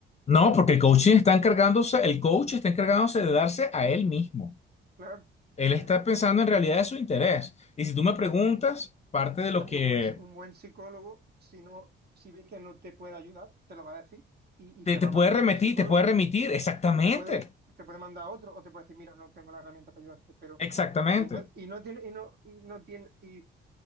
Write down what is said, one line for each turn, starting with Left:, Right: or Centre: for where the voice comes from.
Left: No, porque el coaching está encargándose, el coach está encargándose de darse a él mismo.
Right: claro.
Left: Él
Right: eh,
Left: está pensando en realidad de su interés. Y si tú me preguntas, parte de
Right: en
Left: lo
Right: cambio,
Left: que
Right: un buen, un buen psicólogo, si no, si ve que no te puede ayudar, te lo va a decir y, y
Left: te,
Right: te
Left: te
Right: va
Left: puede
Right: a mandar
Left: remitir,
Right: a otro psicólogo.
Left: te puede remitir, exactamente,
Right: Y, y te puede, te puede mandar a otro, o te puede decir, mira, no tengo la herramienta para ayudarte, pero,
Left: exactamente.
Right: y no, y no tiene, y no, y no tiene, y,